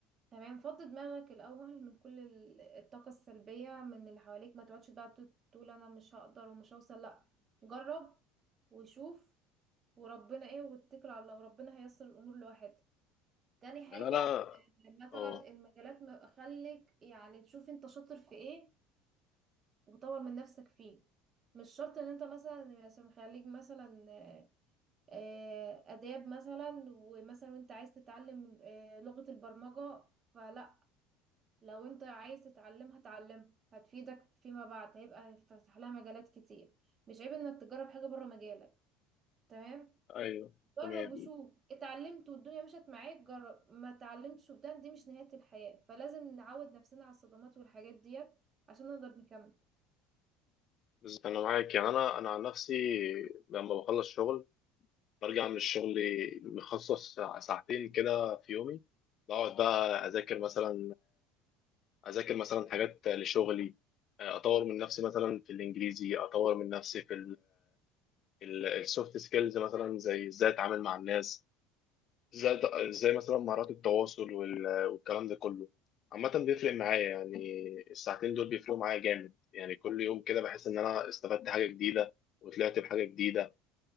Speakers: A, on the right (about 25°); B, on the left (about 40°).
A: تمام فضي دماغك الاول من كل ال- الطاقة السلبية من اللي حواليك ما تقعدش بقى ت- تقول انا مش هقدر ومش هوصل لا جرب وشوف وربنا ايه واتكل على الله وربنا هيسر الامور لوحدها تاني حاجة
B: يعني انا
A: آه، مثلا
B: اه
A: المجالات ما- خليك يعني تشوف انت شاطر في ايه وطور من نفسك فيه مش شرط ان انت مثلا مثلا خليك مثلا آه، آه، آداب مثلا ومثلا وانت عايز تتعلم آه، لغة البرمجة فلا لو انت عايز تتعلمها تعلمها هتفيدك فيما بعد هيبقى هيتفتح لها مجالات كتير مش عيب انك تجرب حاجة بره مجالك تمام
B: ايوه
A: جرب
B: تمام
A: وشوف اتعلمت والدنيا مشت معاك جرب ما اتعلمتش وبدان دي مش نهاية الحياة فلازم نعود نفسنا على الصدمات والحاجات ديت عشان نقدر نكمل
B: بس انا معاك يعني انا انا عن نفسي لما بخلص شغل برجع من الشغل مخصص ساع- ساعتين كده في يومي بقعد بقى اذاكر مثلا اذاكر مثلا حاجات لشغلي اطور من نفسي مثلا في الانجليزي اطور من نفسي في السوفت سكيلز مثلا زي ازاي اتعامل مع الناس زي زي مثلا مهارات التواصل وال- والكلام ده كله عامة بيفرق معايا يعني الساعتين دول بيفرقوا معايا جامد يعني كل يوم كده بحس إن أنا استفدت حاجة جديدة وطلعت بحاجة جديدة